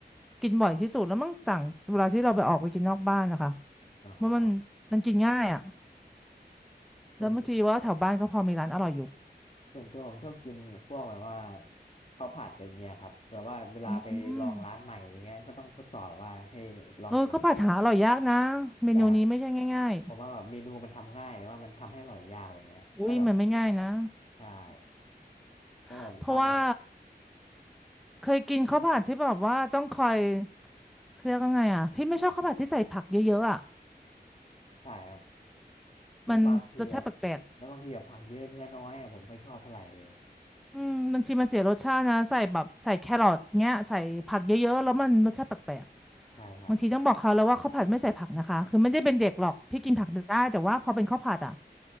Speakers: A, in the centre; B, on the left (about 35°).
A: กินบ่อยที่สุดแล้วมังต่างเวลาที่เราไปออกไปกินนอกบ้านนะคะ
B: อ๋อ
A: เพราะมันมันกินง่ายอ่ะ
B: ส่วนตัว
A: แล้วบางทีว่าแถวบ้านก็พอมีร้านอร่อยอยู่
B: ส่วนตัวผมชอบกินพวกแบบว่าข้าวผัดอะไรเงี้ยครับแบบว่าเวลาไปลองร้านใหม่อะไรเงี้ยก็ต้องทดสอบว่าให้ลองตัก
A: อืมเออก็ผัดหาอร่อยยากนะเมนูนี้ไม่ใช่ง่าย
B: ใช่ครับเพราะว่าแบบเมนูมันทำง่ายแต่ว่ามันทำให้อร่อยยากอะไรเงี้ยถ้าแบบ
A: ๆอุ้ยมันไม่ง่ายนะ
B: ใช่ถ้าแบบร้านไหน
A: <laughs> เพราะว่าเคยกินข้าวผัดที่แบบว่าต้องคอย เครียกวันไงอ่ะพี่ไม่ชอบข้าวผัดที่ใส่ผักเยอะๆอ่ะ
B: ใช่ครับแล้วบางทีแบบ
A: มันรสชาติแปลก
B: แล้วบางทีแบบผักเยอะเนื้อน้อยอะผมไม่ค่อยชอบเท่าไหร่เลย
A: ๆอืมบางทีมันเสียรสชาตินะใส่แบบใส่แครอทเงี้ยใส่ผักเยอะๆแล้วมันรสชาติแปลก
B: ใช่ครับ
A: ๆบางทีต้องบอกเขาแล้วว่าข้าวผัดไม่ใส่ผักนะคะคือไม่ได้เป็นเด็กหรอกพี่กินผักได้แต่ว่าพอเป็นข้าวผัดอ่ะ